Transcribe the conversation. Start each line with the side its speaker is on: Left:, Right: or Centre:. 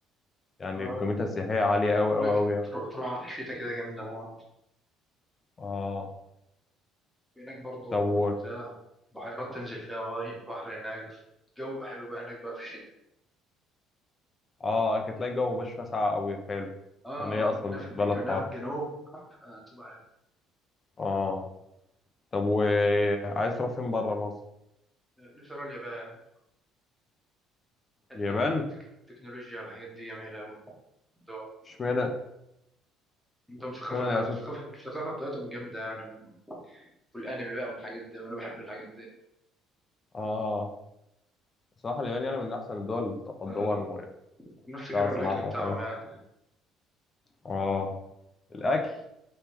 Left: يعني
Centre: اه
Left: قيمتها السياحية عالية أوي
Centre: بقول
Left: أوي
Centre: لك
Left: أوي يعني.
Centre: ترو- تروح في الشتاء كده جامدة موت
Left: آه
Centre: هناك برضه
Left: طب و-
Centre: بتاع بحيرات تنزل فيها بحر بحر هناك بس الجو بقى حلو بقى هناك بقى في الشتاء
Left: آه كانت تلاقي الجو مبقاش فيها ساقعة أوي حلو
Centre: اه
Left: لأن هي أصلا
Centre: اه كنا في
Left: بلد
Centre: كنا
Left: حر
Centre: في الجنوب آه تبقى حلو
Left: آه طب وعايز تروح فين بره مصر
Centre: آه، نفسي أروح اليابان بحب
Left: اليابان
Centre: التك- التكنولوجيا والحاجات دي جميلة أوي عندهم
Left: اشمعنى
Centre: عندهم الثقافة
Left: اشمعنى
Centre: بتاعتهم
Left: اليابان
Centre: الثقافة الثقافة بتاعتهم جامدة يعني والأنمي بقى والحاجات دي وأنا بحب الحاجات دي
Left: اه صراحة اليابان يعني من احسن الدول تقدما
Centre: آه
Left: وبتاع
Centre: نفسي أجرب
Left: صناعات
Centre: الأكل بتاعهم
Left: وحاجات
Centre: يعني
Left: اه الاكل